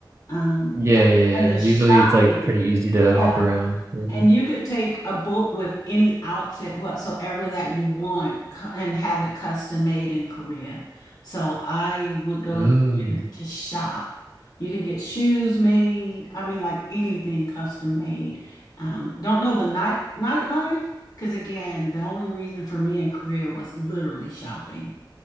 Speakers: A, on the left; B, on the right.
A: Um,
B: Yeah, yeah,
A: and the
B: yeah. Usually
A: shopping,
B: it's like pretty easy to
A: yeah.
B: hop around. hmm
A: And you could take a book with any outfit whatsoever that you want cu- and have it custom made in Korea. So I would go
B: Mm.
A: to Korea to shop. You could get shoes made. I mean, like anything custom made. Um, don't know the night nightlife because again, the only reason for me in Korea was literally shopping.